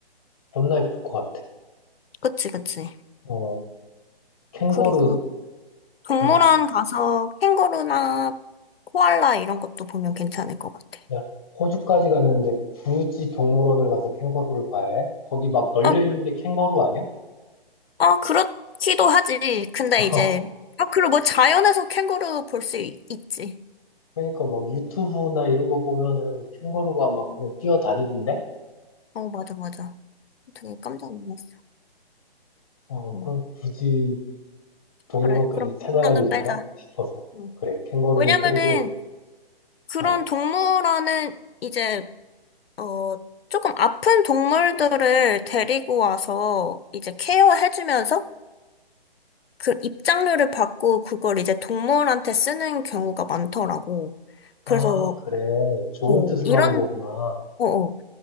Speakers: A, on the left (about 25°); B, on the left (about 70°).
A: 겁나 예쁠 것 같아.
B: 그치, 그치.
A: 어, 캥거루,
B: 그리고 동물원
A: 캥거루.
B: 가서 캥거루나 코알라 이런 것도 보면 괜찮을 것 같아.
A: 야, 호주까지 갔는데 굳이 동물원을 가서 캥거루를 봐야 해? 거기 막 널려
B: 아,
A: 있는 게 캥거루 아니야?
B: 아, 그렇기도 하지. 근데
A: <laughs>
B: 이제, 아, 그리고 뭐 자연에서 캥거루 볼 수 있지.
A: 그러니까 막 유튜브나 이런 거 보면은 캥거루가 막 그냥 뛰어다니던데?
B: 어, 맞아, 맞아. 되게 깜짝 놀랐어.
A: 어,
B: 응.
A: 그럼 굳이 동물원까지
B: 그래, 그럼 그거는
A: 찾아갈 일인가?
B: 빼자.
A: 싶어서.
B: 응.
A: 그래, 캥거루는
B: 왜냐면은
A: 빼고,
B: 그런
A: 어.
B: 동물원은 이제 어 조금 아픈 동물들을 데리고 와서 이제 케어해주면서 그 입장료를 받고 그걸 이제 동물한테 쓰는 경우가 많더라고. 그래서
A: 아, 그래. 좋은
B: 어
A: 뜻으로
B: 이런
A: 하는 거구나.
B: 어 어,